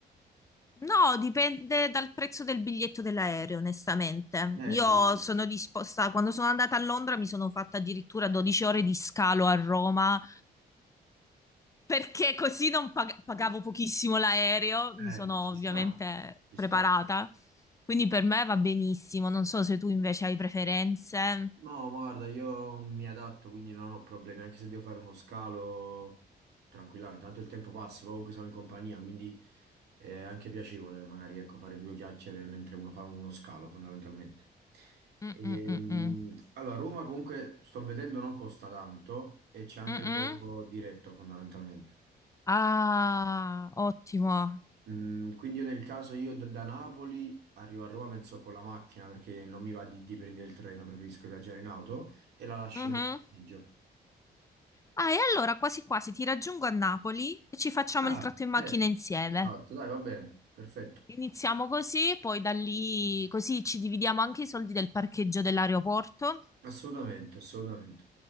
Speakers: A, on the left; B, on the right.
A: No, dipende dal prezzo del biglietto dell'aereo, onestamente.
B: Eh,
A: Io
B: capito?
A: sono disposta, quando sono andata a Londra mi sono fatta addirittura 12 ore di scalo a Roma perché così non pag- pagavo pochissimo l'aereo,
B: Eh,
A: mi sono
B: ci
A: ovviamente
B: sta, ci
A: preparata,
B: sta.
A: quindi per me va benissimo. Non so se tu invece hai preferenze.
B: No, ma guarda, io mi adatto, quindi non ho problemi, anche se devo fare uno scalo tranquillamente, tanto il tempo passa, poi comunque siamo in compagnia, quindi è anche piacevole magari ecco, fare due chiacchiere mentre uno fa uno scalo fondamentalmente. Ehm,
A: Mm-mm-mm-mm.
B: allora, Roma comunque sto vedendo non costa tanto e c'è anche
A: Mm-mm.
B: il volo diretto fondamentalmente.
A: Ah, ottimo.
B: Mm, quindi io nel caso io da, da Napoli arrivo a Roma penso con la macchina perché non mi va di, di prendere il treno, preferisco viaggiare in auto e la lascio
A: Mhm.
B: nel parcheggio.
A: Ah, e allora quasi quasi ti raggiungo a Napoli e ci facciamo
B: Ah,
A: il tratto in macchina
B: Eh,
A: insieme.
B: esatto, dai, va bene, perfetto.
A: Iniziamo così, poi da lì, così ci dividiamo anche i soldi del parcheggio dell'aeroporto
B: Assolutamente, assolutamente.